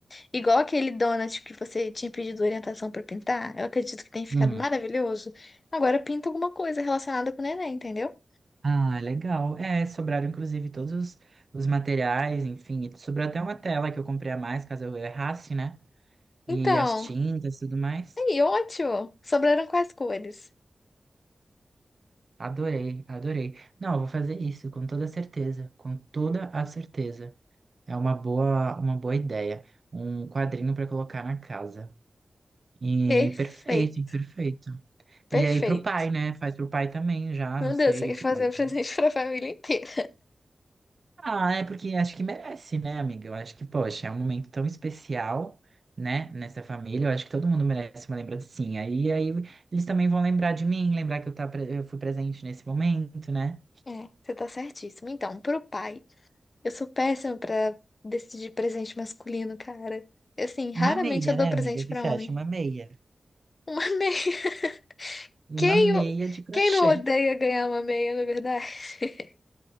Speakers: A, on the left (about 55°); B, on the right (about 60°).
A: Igual aquele donut que você tinha pedido orientação pra pintar, eu acredito que tenha ficado
B: Hum.
A: maravilhoso. Agora pinta alguma coisa relacionada com o neném, entendeu?
B: Ah, legal. É, sobraram inclusive todos os, os materiais, enfim. e Sobrou até uma tela que eu comprei a mais, caso eu errasse, né?
A: Então,
B: E as tintas e tudo mais.
A: aí, ótimo! Sobraram quais cores?
B: Adorei, adorei. Não, eu vou fazer isso com toda certeza, com toda a certeza. É uma boa, uma boa ideia. Um quadrinho para colocar na casa. E
A: Perfeito,
B: perfeito, perfeito.
A: perfeito.
B: E aí pro pai, né? Faz pro pai também já,
A: Meu
B: não sei,
A: Deus, você quer
B: esse
A: fazer
B: quadrinho.
A: um presente <laughs> para a família inteira.
B: Ah, é porque acho que merece, né, amiga? Eu acho que, poxa, é um momento tão especial, né, nessa família. Eu acho que todo mundo merece uma lembrancinha. E aí eles também vão lembrar de mim, lembrar que eu, tá, pre- eu fui presente nesse momento, né?
A: É, você tá certíssimo. Então, pro pai, eu sou péssima pra decidir presente masculino, cara. Assim, raramente
B: Uma meia,
A: eu dou
B: né,
A: presente
B: amiga? O que
A: pra
B: você
A: homem.
B: acha? Uma meia.
A: Uma <laughs> meia.
B: Uma
A: Quem,
B: meia
A: o-
B: de crochê.
A: quem não odeia ganhar uma meia, na verdade? <laughs>